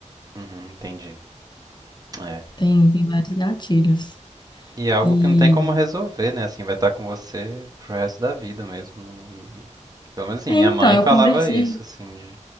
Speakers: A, on the right; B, on the left.
A: uhum, entendi. É.
B: Tem, tem vários gatilhos.
A: E é algo
B: E...
A: que não tem como resolver, né? Assim, vai estar com você pro resto da vida mesmo, né? E, pelo menos assim,
B: É,
A: minha
B: então,
A: mãe
B: eu
A: falava
B: conversei
A: isso, assim, de